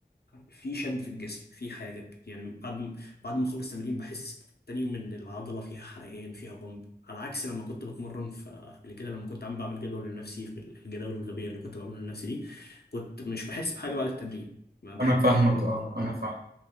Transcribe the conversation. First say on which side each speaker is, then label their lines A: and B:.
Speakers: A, on the left; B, on the right.
A: في شد في الجسم في حاجة يعني بعد ما- بعد ما أخلص تمرين بحس تاني يوم إن العضلة فيها حرقان فيها بامب على عكس لما كنت بتمرن فقبل كده لما كنت عم بعمل جدول لنفسي في الجداول الغبية اللي كنت بعملها لنفسي دي كنت مش بحس بحاجة بعد التمرين ما بحس
B: أنا فاهمك
A: كده في يوم
B: أه أنا فاهم